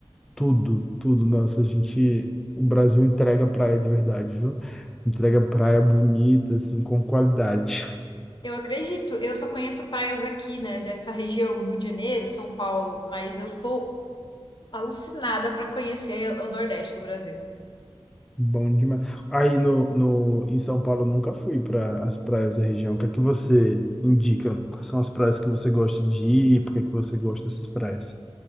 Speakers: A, in the centre; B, on the left.
A: tudo, tudo. Nossa, a gente, o Brasil entrega praia de verdade, viu? Entrega praia bonita, assim, com qualidade.
B: Eu acredito, eu só conheço praias aqui, né, dessa região, Rio de Janeiro, São Paulo, mas eu sou alucinada para conhecer o Nordeste do Brasil.
A: Bom demais. Aí no, no, em São Paulo eu nunca fui para as praias da região. O que é que você indica? Quais são as praias que você gosta de ir? Por que é que você gosta dessas praias?